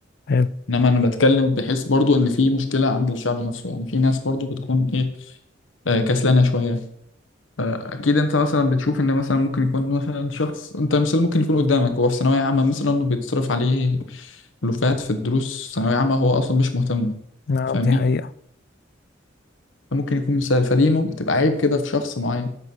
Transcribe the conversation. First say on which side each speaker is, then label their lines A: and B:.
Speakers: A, on the left; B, on the left.
A: حلو
B: انما انا بتكلم بحيث برضو ان في مشكله عند الشعب نفسه يعني في ناس برضو بتكون ايه آه، كسلانه شويه آه، اكيد انت مثلا بتشوف ان مثلا ممكن يكون مثلا شخص انت مثال ممكن يكون قدامك هو في ثانويه عامه مثلا وبيتصرف عليه ألوفات في الدروس ثانويه عامه هو اصلا مش مهتم
A: نعم
B: فاهمني
A: دي حقيقة
B: ممكن يكون مثال فدي ممكن تبقى عيب كده في شخص معين